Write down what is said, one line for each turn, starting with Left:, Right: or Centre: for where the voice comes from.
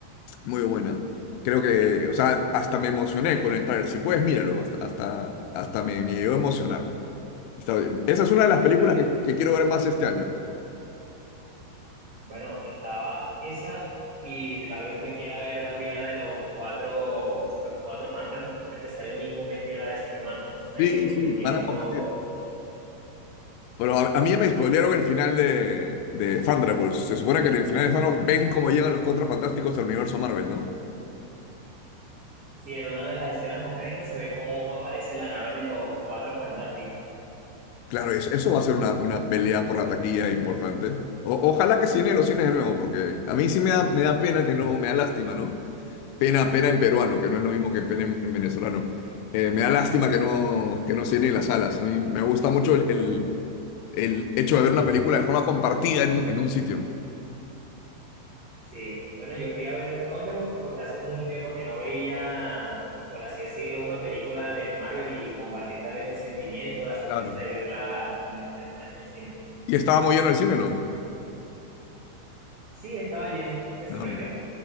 Left: Muy buena. Creo que, o sea, hasta me emocioné con el tráiler. Si puedes, míralo. Hasta, hasta, hasta me, me llegó a emocionar. Está bien. esa es una de las películas
Right: Sí,
Left: que, que quiero ver más este año.
Right: Bueno, estaba esa y tal vez me quiera ver también la de los cuatro, los cuatro fantásticos. Creo que sale el mismo mes que la de Superman, entonces estarían
Left: Sí,
Right: compitiendo
Left: sí, van a competir.
Right: el mismo.
Left: Pero a, a mí ya me spoilearon el final de, de Thunderbolts. Se supone que en el final de Thanos ven cómo llegan los Cuatro Fantásticos al universo Marvel, ¿no?
Right: Sí, en una de las escenas post créditos se ve cómo aparece la nave de los cuatro fantásticos.
Left: Claro, eso, eso va a ser una, una pelea por la taquilla importante. O- ojalá que se llene los cines de nuevo, porque a mí sí me da, me da pena que no, me da lástima, ¿no? Pena, pena en peruano, que no es lo mismo que pena en, en venezolano. Eh, me da lástima que no, que no se las salas. A mí me gusta mucho el, el- el hecho de ver una película de forma compartida en un, en un sitio.
Right: Sí, bueno, yo fui a ver a Thunderbolts porque hace mucho tiempo que no veía, por así decirlo, una película de Marvel y compartir tal vez el sentimiento, la sorpresa
Left: Claro.
Right: de verla con varias personas en el cine.
Left: Y estaba muy lleno el cine, ¿no?
Right: Sí, estaba lleno, me sorprendió.
Left: No.